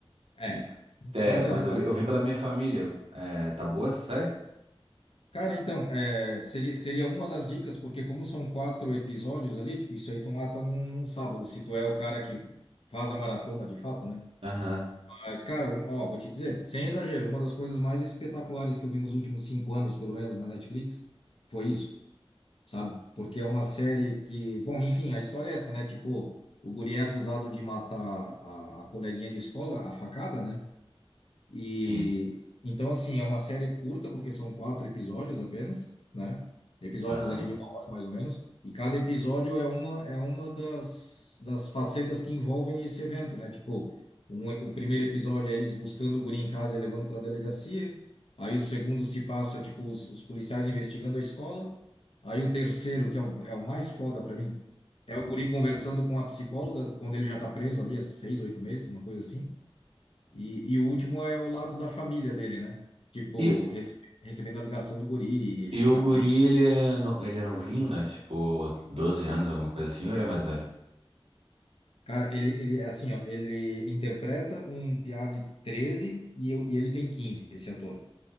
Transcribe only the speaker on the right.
E- É,
mas
eu vi, eu vi pela minha família. É, tá boa essa série?
Aham,
sim.
Tá.
E
E
o
guri,
ele é, no- ele é novinho, né? Tipo, 12 anos, alguma coisa assim, ou ele é mais velho?